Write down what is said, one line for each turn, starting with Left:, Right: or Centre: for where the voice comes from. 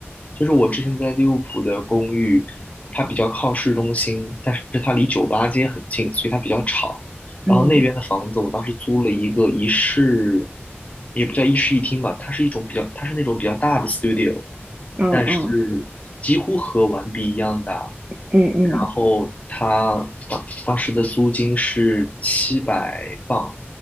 Left: 就是我之前在利物浦的公寓，它比较靠市中心，但是它离酒吧街很近，所以它比较吵。
Right: 嗯
Left: 然后那边的房子，我当时租了一个一室，也不叫一室一厅吧，它是一种比较，它是那种比较大的 studio，
Right: 嗯嗯
Left: 但是几乎和完璧一样大。
Right: 嗯嗯，
Left: 然后它当当时的租金是七百磅，